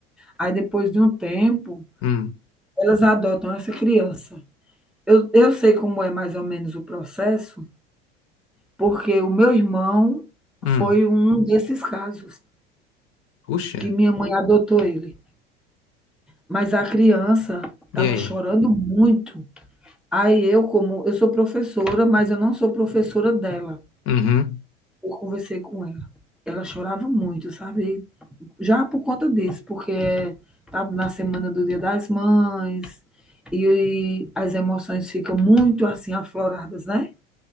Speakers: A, in the centre; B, on the left.
A: Aí depois de um tempo,
B: Hum,
A: elas adotam essa criança. Eu, eu sei como é mais ou menos o processo, porque o meu irmão
B: hum.
A: foi um desses casos
B: Puxa,
A: que minha mãe adotou ele. Mas a criança estava
B: e aí?
A: chorando muito. Aí eu, como eu sou professora, mas eu não sou professora dela.
B: Uhum,
A: Eu conversei com ela ela chorava muito, sabe? já por conta disso, porque tá na semana do Dia das Mães e as emoções ficam muito assim afloradas, né?